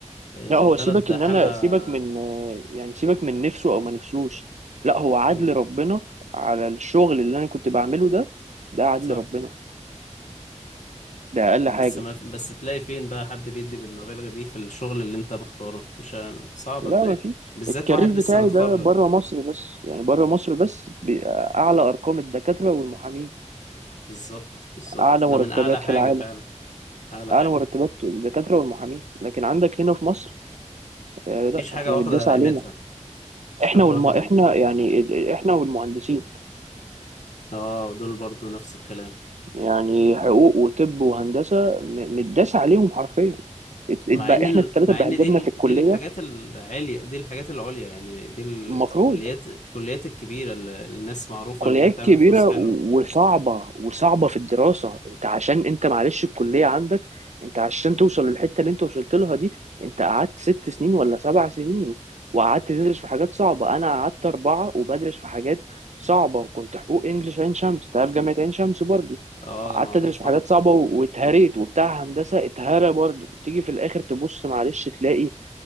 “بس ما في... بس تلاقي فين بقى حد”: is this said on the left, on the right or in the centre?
Left